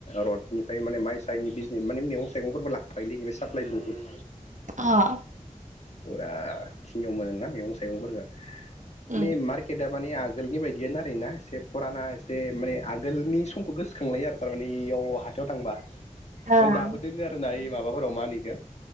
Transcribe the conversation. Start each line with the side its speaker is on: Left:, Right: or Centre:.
Left: रडनिफ्राय माने मायस हायनि बिजनि माने मेगं थाइगंफोरबो लाफायोलै माने साप्लाय बुहुद
Right: आ
Left: फुरा खिनियाव मोनो ना। मैगं सायगंफोरखौ माने
Right: अ
Left: मारकेटा माने आग आगोलनि बायदियानो आरो ना एसे फुराना एसे माने आगोलनि समखौ गोसोखांलायो आरो थारमाने इयाव हा थायाव थांबा।
Right: होम
Left: ओमफ्राय दाबो दोङो आरो ना इ माबाफोराव मा होनो